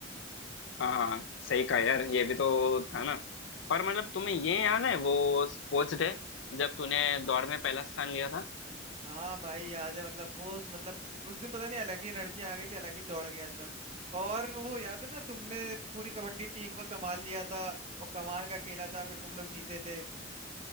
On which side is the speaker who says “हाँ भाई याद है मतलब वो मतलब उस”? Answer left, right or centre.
Right